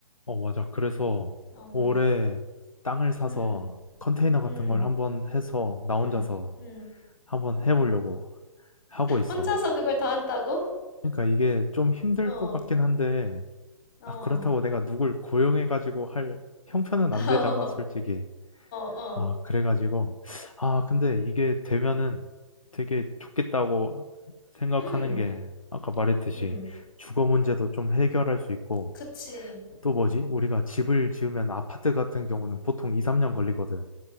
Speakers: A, on the left (about 75°); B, on the left (about 35°).
A: 어, 맞아. 그래서
B: 어.
A: 올해 땅을 사서
B: 음.
A: 컨테이너 같은
B: 음.
A: 걸 한번 해서 나 혼자서
B: 음. 음.
A: 한번 해보려고 하고 있어.
B: 혼자서 그걸 다 한다고?
A: 그러니까 이게 좀 힘들
B: 어.
A: 것 같긴 한데,
B: 어.
A: 아, 그렇다고 내가 누굴 고용해가지고 할 형편은
B: <laughs>
A: 안 되잖아, 솔직히.
B: 어. 어.
A: 아, 그래가지고, 아, 근데 이게 되면은 되게 좋겠다고 생각하는
B: 음.
A: 게, 아까 말했듯이
B: 음.
A: 주거 문제도 좀 해결할 수 있고,
B: 그치.
A: 또 뭐지? 우리가 집을 지으면 아파트 같은 경우는 보통 2, 3년 걸리거든.